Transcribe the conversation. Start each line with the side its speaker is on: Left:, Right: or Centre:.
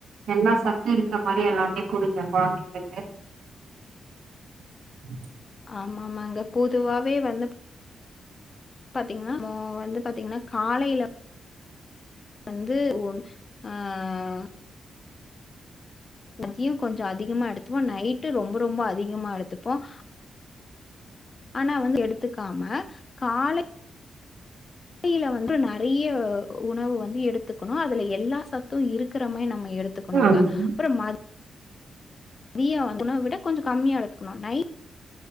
Right: எல்லா சத்து இருக்க மாதிரி எல்லாமே கொடுங்க குந்தைங்களுக்கு <inaudible>
Left: ஆமா ஆமாங்க பொதுவாவே வந்து பாத்தீங்கன்னா இப்ப வந்து பாத்தீங்கன்னா காலைல வந்து உ ஆஹ் மதியம் கொஞ்சம் அதிகமா எடுத்துப்போம் நைட்டு ரொம்ப ரொம்ப அதிகமா எடுத்துப்போம் ஆனா வந்து எடுத்துக்காம காலை காலைல வந்து நிறைய உணவு வந்து எடுத்துக்கணும் அதுல எல்லா சத்தும் இருக்கிற மாதிரி நம்ம எடுத்துக்கணுங்க
Right: ஆமா.
Left: அப்றம் மதி தீயா வாங்கணும் விட கொஞ்சம் கம்மியா எடுத்துக்கணும் நை